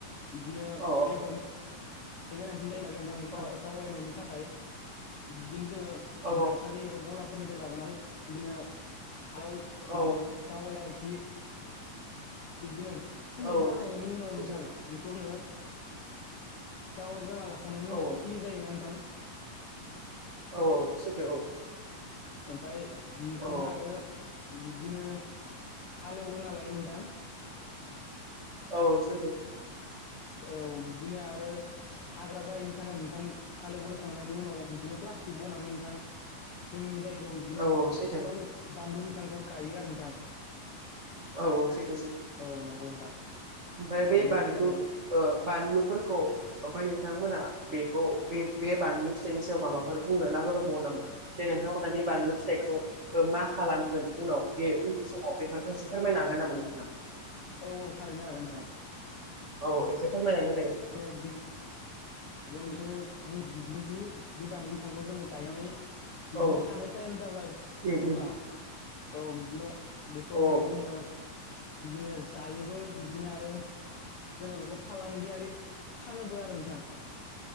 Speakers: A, on the left; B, on the right.
A: बिदिनो
B: औ
A: बेगरनि गोनां जनायनि
B: औ
A: थाखाय बिनो ज
B: औ
A: नबा ग फोरनिफ्राय लाबोनाय बिदिनो हायाव
B: औ
A: माबा जावै आरोखि <unintelligible> बिब्दिनो फुलि
B: औ
A: जानायनि उनाव
B: सैथो
A: नोंथां बेखौनो जावायग्राना लाखांनायनि
B: औ
A: उनाव
B: औ
A: फुलि जायोना नोंथां?
B: औ औ सथ औ
A: ओमफाय बिखौनो
B: औ
A: आरो बिब्दिनो हालेवग्रोना लायो नोंथां
B: औ औ सस
A: औ बिदिनो आरो हाग्रा जायैनि थाखाय नोंथां हालेवग्रोखांनायनि उनाव बिदिनो प्लास्टिक बनानै नोंथां जोंनि जाय जायाव बिदिनो
B: औ औ सैथो
A: फालाव बानलु बिफांखौ गायो आरो नोंथां
B: औथत
A: औ नंगौ नोंथां
B: भाय बेाय
A: गायनाय
B: बानलु
A: जायो आरो बे
B: बानलु फोरखौ ओमफ्राय नोंथांमोना बेखौ बे बानलु फिथाइनि सायाव माबाफोर बुंनो नागिर दंबावामा जे नोंथांमोना बे बानलु फिथाइखौ मा खालामगोन उनाव बे उननि समाव बेफोर फेसे म नागाना मानि जा।
A: औ औ थारैनो हागोन नोंथां।
B: औ एसे फोरमायोन
A: जों बिनो बुं बिदिदि बे बानु बिफांखौ जोङो गायनानै बिदिनो
B: औ
A: हानाय टाइम जाब्ला जेब्ला
B: उम उम
A: औ बि्दिनो बेखौ
B: औ
A: जोङो बिदिनो जायोबो बिदिनो आरो जोङो बेखौ फालांगियारि फानोबो आरो नोंथां